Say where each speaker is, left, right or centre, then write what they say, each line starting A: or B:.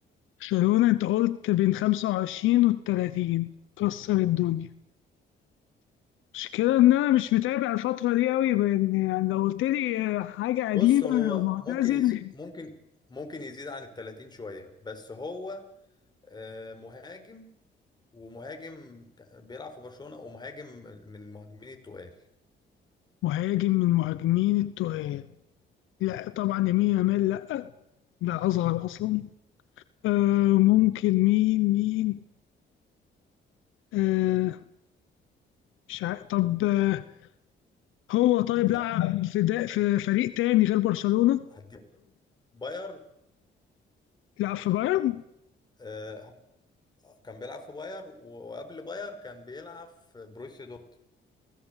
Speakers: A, on the left; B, on the left.
A: برشلونه انت قلت بين 25 و 30 كسر الدنيا المشكلة إن أنا مش متابع الفترة دي أوي بإن يعني لو قلت لي حاجة قديمة
B: بص هو
A: أو معتزل
B: ممكن يزيد ممكن ممكن يزيد عن ال 30 شويه بس هو آه، مهاجم ومهاجم ك- بيلعب في برشلونة ومهاجم من المهاجمين التقال
A: مهاجم من المهاجمين التقال لا طبعا يمين يامال لا ده اصغر اصلا آه ممكن مين مين آه مش عارف طب آه هو طيب
B: لا
A: لعب في دا في فريق تاني غير برشلونة
B: هديك باير
A: لعب في بايرن
B: آه، كان بيلعب في باير و- وقبل باير كان بيلعب في بروسيا دورتموند